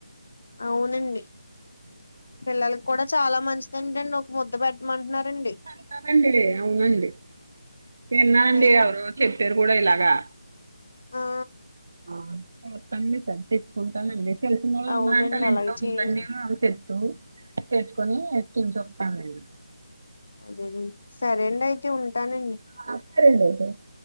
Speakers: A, on the left; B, on the right.
A: అవునండి పిల్లలకి కూడా చాలా మంచిదండిండి ఒక ముద్ద పెట్టమంటున్నారండి
B: అంటారండి అవునండి విన్నానండి
A: ఏ
B: ఎవరో చెప్పారు కూడా ఇలాగా
A: ఆ
B: ఆ ఆ తన్ని సర్దించుకుంటానండి తెలిసినొళ్ళు
A: అవునండి
B: ఉన్నా అంటే అళ్ల
A: అలాగే
B: ఇంట్లో
A: చేయండి
B: ఉందండమో ఆమె చెప్తూ తెచ్చుకొని ఎక్కించొస్తానండి
A: అదేండి సరే అండి అయితే ఉంటానండి
B: ఆ సరే అండి అయితే